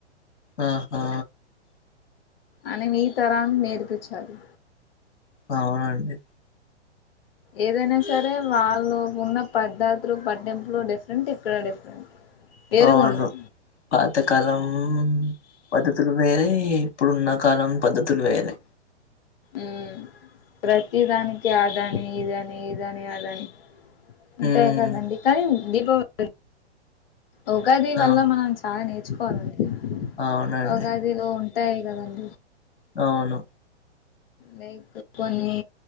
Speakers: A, on the left (about 70°); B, on the left (about 55°).
A: ఆహా
B: అని మీ తరాన్ నేర్పించాలి
A: అవునండి
B: ఏదైనా సరే వాళ్ళు ఉన్న పద్ధార్తులు పట్టింపులు డిఫరెంట్ ఇక్కడ డిఫరెంట్ వేరుగున్నాయి
A: అవును పాతకాలం పద్ధతులు వేరే ఇప్పుడు ఉన్న కాలం పద్ధతులు వేరే
B: ఉ ప్రతి దానికి అదాని ఇదని ఇదని అదని అంతే
A: ఉమ్
B: కదండి కానీ దీపావళి ఉగాది వల్ల
A: అవును
B: మనం చాలా నేర్చుకోవాలండి
A: అవునండి
B: ఉగాదిలో ఉన్ తాయ్ గాదండి
A: అవును
B: లైక్ కొన్ని